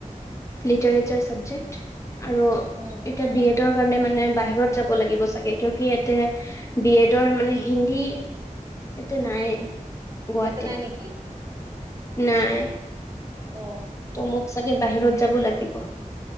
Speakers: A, on the left; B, on the right.
A: লিটাৰেচাৰ চাবজেক্ট আৰু
B: উম
A: এতিয়া বি এড তেওঁৰ কাৰণে মানে বাহিৰত যাব লাগিব চাগে কিউকি এতে বি এডৰ মানে হিন্দী এতিয়া নাই। গুৱাহাটীত
B: ইয়াতে নাই নেকি?
A: নাই।
B: অ
A: ত' মোক চাগে বাহিৰত যাব লাগিব।